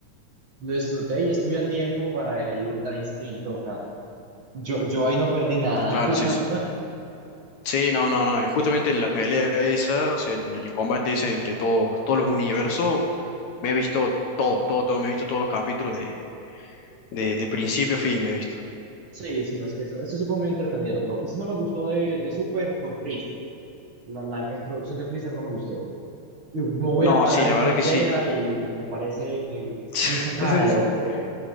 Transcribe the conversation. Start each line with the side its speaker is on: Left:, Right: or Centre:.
Right: Lo disfruté y estuve a tiempo para el Ultra Instinto. O sea, yo, yo ahí no perdí nada.
Left: Claro,
Right: <laughs>
Left: sí, sí. Sí, no, no, no. y Justamente en la pelea esa, o sea, en el combate ese entre todos, todos los universos, me he visto todo, todo, todo, me he visto todos los capítulos de, de, de principio a fin, me he visto.
Right: Sí, sí, no, es que eso, eso sí fue muy entretenido. Lo que sí no me gustó de, de Super fue Freeze. La, la reintroducción de Freezer no me gustó. Y me voy
Left: No,
Right: a parar
Left: sí, la
Right: en
Left: verdad
Right: una
Left: que
Right: piedra
Left: sí.
Right: y me parece que
Left: <laughs>
Right: muy sacada del orto.